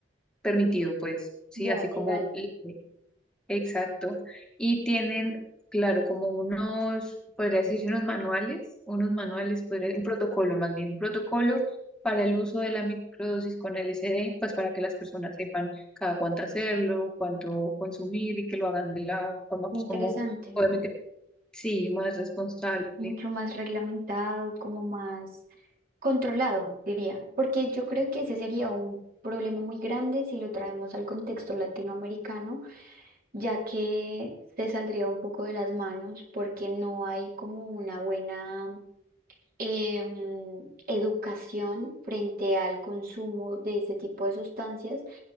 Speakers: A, in the centre; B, on the right (about 50°).
A: permitido, pues, sí,
B: ya
A: así como
B: legal.
A: libre. Exacto. Y tienen, claro, como unos, podría decirse unos manuales, unos manuales, podría- un protocolo más bien, un protocolo para el uso de la microdosis con LSD, pues para que las personas sepan cada cuánto hacerlo, cuánto consumir y que lo hagan de la forma pues
B: Interesante,
A: como, obviamente, sí, más responsable.
B: mucho más reglamentado, como más controlado, diría, porque yo creo que ese sería un problema muy grande si lo traemos al contexto latinoamericano, ya que se saldría un poco de las manos porque no hay como una buena em, educación frente al consumo de ese tipo de sustancias,